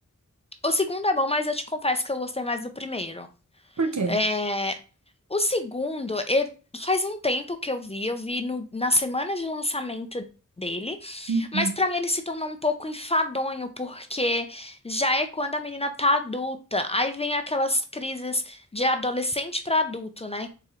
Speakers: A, on the left; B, on the right.
A: O segundo é bom, mas eu te confesso que eu gostei mais do primeiro.
B: Por quê?
A: É, o segundo, ele- faz um tempo que eu vi, eu vi no- na semana de lançamento dele,
B: Uhum,
A: mas pra mim ele se tornou um pouco enfadonho, porque já é quando a menina tá adulta, aí vem aquelas crises de adolescente pra adulto, né?